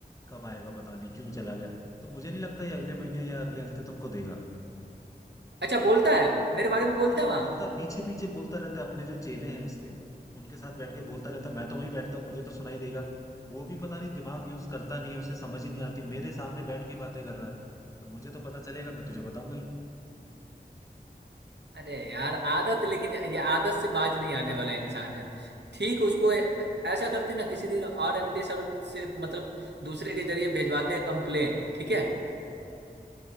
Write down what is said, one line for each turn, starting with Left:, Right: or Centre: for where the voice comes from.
Left: कब आएगा पता नहीं क्यों चला गया तो मुझे नहीं लगता ये अगले महीने या अगले हफ्ते तुमको देगा
Right: अच्छा बोलता है मेरे बारे में बोलता
Left: हाँ
Right: है वहां
Left: बोलता पीछे पीछे बोलता रहता है अपने जो चेले हैं उसके उनके साथ बैठ के बोलता रहता है मैं तो वहीं बैठता हूँ मुझे तो सुनाई देगा वो भी पता नहीं दिमाग यूज करता नहीं है उसे समझ ही नहीं आती मेरे सामने बैठ के बातें कर रहा है तो मुझे तो पता चलेगा मैं तुझे बताऊंगा ही
Right: अरे यार आदत लेकिन ये आदत से बाज नहीं आने वाला इंसान है ठीक उसको ऐ- ऐसा करते ना किसी दिन और एमडी सर से मतलब दूसरे के जरिए भेजवाते हैं कंप्लेन ठीक है
Left: हाँ,